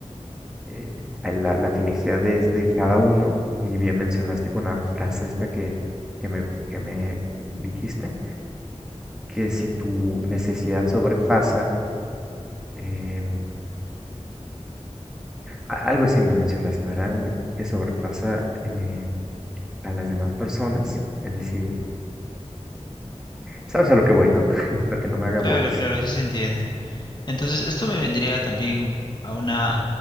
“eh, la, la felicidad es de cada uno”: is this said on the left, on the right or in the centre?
Centre